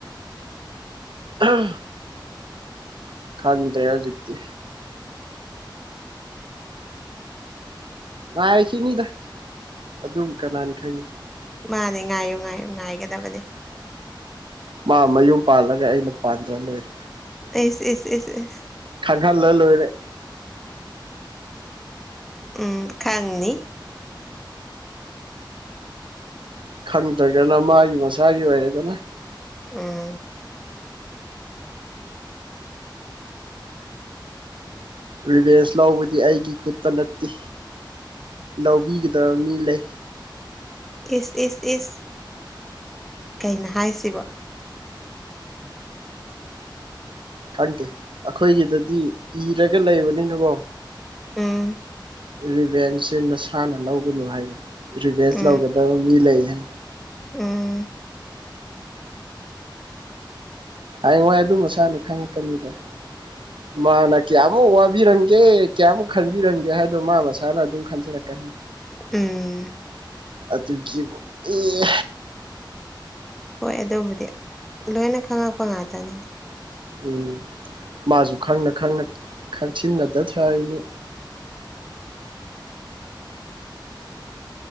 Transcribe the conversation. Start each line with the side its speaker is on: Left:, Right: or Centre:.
Right: ꯑꯥ ꯈꯪꯗ꯭ꯔꯦ ꯍꯧꯖꯤꯛꯇꯤ ꯉꯥꯏꯈꯤꯅꯤꯗ ꯑꯗꯨꯝ ꯀꯅꯥꯅ ꯈꯪꯅꯤ
Centre: ꯃꯥꯅꯦ ꯉꯥꯏꯌꯨ ꯉꯥꯏꯌꯨ ꯉꯥꯏꯒꯗꯕꯅꯦ
Right: ꯃꯥ ꯃꯌꯨꯝ ꯄꯥꯜꯂꯒ ꯑꯩꯅ ꯄꯥꯟꯗ꯭ꯔ ꯂꯣꯏꯔꯦ
Centre: ꯑꯦꯁ ꯑꯦꯁ ꯑꯦꯁ ꯑꯦꯁ
Right: ꯈꯪꯍꯜꯂ ꯂꯣꯏꯔꯦ
Centre: ꯎꯝ ꯈꯪꯅꯤ
Right: ꯈꯪꯗ꯭ꯔꯒꯅ ꯃꯥꯒꯤ ꯃꯁꯥꯒꯤ ꯑꯣꯏꯔꯦꯗꯅ
Centre: ꯎꯝ
Right: ꯔꯤꯚꯦꯟꯁ ꯂꯧꯕꯗꯤ ꯑꯩꯒꯤ ꯈꯨꯠꯇ ꯅꯠꯇꯦ ꯂꯧꯕꯤꯒꯗꯕ ꯃꯤ ꯂꯩ
Centre: ꯏꯁ ꯏꯁ ꯏꯁ ꯀꯩꯅ ꯍꯥꯏꯁꯤꯕꯣ
Right: ꯈꯪꯗꯦ ꯑꯩꯈꯣꯏꯒꯤꯗꯗꯤ ꯏꯔꯒ ꯂꯩꯕꯅꯤꯅꯀꯣ
Centre: ꯎꯝ
Right: ꯔꯤꯚꯦꯟꯁꯁꯦ ꯅꯁꯥꯅ ꯂꯧꯒꯅꯨ ꯍꯥꯏ ꯔꯤꯚꯦꯟꯁ
Centre: ꯎꯝ
Right: ꯂꯧꯒꯗꯕ ꯃꯤ ꯂꯩ ꯍꯥꯏ
Centre: ꯎꯝ
Right: ꯍꯌꯦꯡ ꯋꯥꯏ ꯑꯗꯨ ꯃꯁꯥꯅ ꯈꯪꯉꯛꯀꯅꯤꯗ ꯃꯥꯅ ꯀꯌꯥꯃꯨꯛ ꯋꯥꯕꯤꯔꯝꯒꯦ ꯀꯌꯥꯃꯨꯛ ꯈꯟꯕꯤꯔꯝꯒꯦ ꯍꯥꯏꯗꯣ ꯃꯥ ꯃꯁꯥꯅ ꯑꯗꯨꯝ ꯈꯟꯖꯔꯛꯀꯅꯤ
Centre: ꯎꯝ
Right: ꯑꯗꯨꯒꯤꯕꯨ ꯑꯦ
Centre: ꯍꯣꯏ ꯑꯗꯨꯕꯨꯗꯤ ꯂꯣꯏꯅ ꯈꯪꯉꯛꯄ ꯉꯥꯛꯇꯅꯤꯗ
Right: ꯎꯝ ꯃꯥꯁꯨ ꯈꯪꯅ ꯈꯪꯅ ꯈꯪꯁꯤꯟꯅꯗ ꯁꯥꯔꯤꯅꯤ